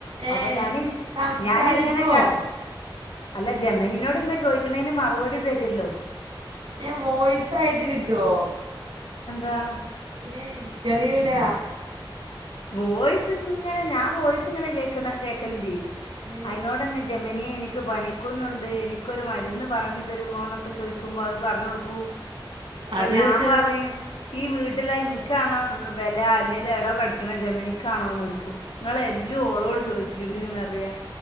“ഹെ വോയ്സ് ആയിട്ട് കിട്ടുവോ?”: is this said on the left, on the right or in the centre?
Right